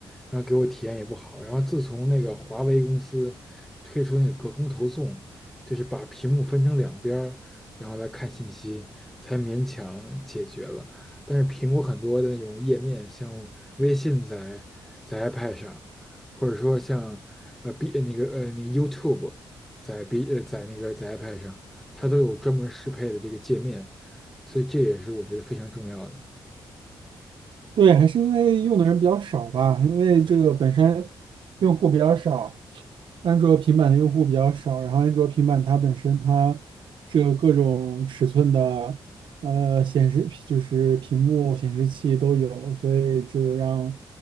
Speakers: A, in the centre; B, on the right (about 70°).
A: 然后给我体验也不好。然后自从那个华为公司推出那个隔空投送，就是把屏幕分成两边儿，然后来看信息，才勉强解决了。但是苹果很多的那种页面，像微信在在 iPad 上，或者说像呃 B 呃那个呃那个 YouTube。在 B 呃在那个在 iPad 上，它都有专门适配的这个界面，所以这也是我觉得非常重要的。
B: 对，还是因为用的人比较少吧，因为这个本身用户比较少。安卓平板的用户比较少，然后安卓平板它本身它这个各种尺寸的呃显示就是屏幕显示器都有，所以这个让